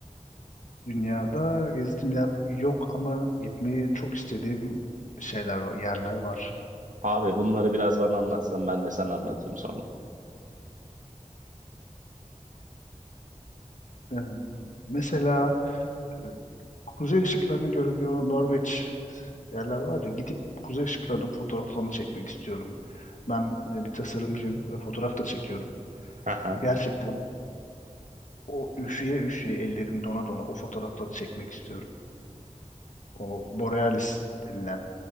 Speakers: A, on the left; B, on the right.
A: Dünyada gezdiğim yer yok ama gitmeyi çok istediğim şeyler var, yerler var.
B: Abi bunları biraz bana anlatsan ben de sana anlatayım sonra.
A: Ee, mesela e, kuzey ışıklarını görünüyor Norveç yerler var ya gidip kuzey ışıklarının fotoğraflarını çekmek istiyorum. Ben e, bir tasarımcıyım, e, fotoğraf da çekiyorum.
B: Aha.
A: Gerçekten o üşüye üşüye ellerim dona dona o fotoğrafları çekmek istiyorum. O Borealis denilen.